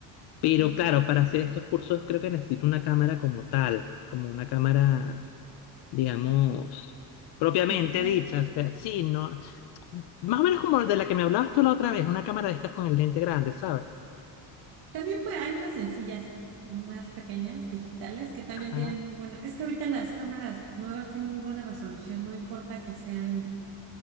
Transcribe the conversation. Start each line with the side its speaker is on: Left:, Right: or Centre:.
Left: Pero
Right: mm,
Left: claro, para hacer estos cursos creo que necesito una cámara como tal, como una cámara, digamos, propiamente
Right: digital.
Left: dicha. O sea, sí, no, más o menos como de la que me hablabas tú la otra vez, una cámara de estas con el lente grande, ¿sabes?
Right: También pues, hay unas sencillas más pequeñas, digitales, que también
Left: Ajá.
Right: tienen muy buena. Es que ahorita las cámaras nuevas tienen muy buena resolución, no importa que sean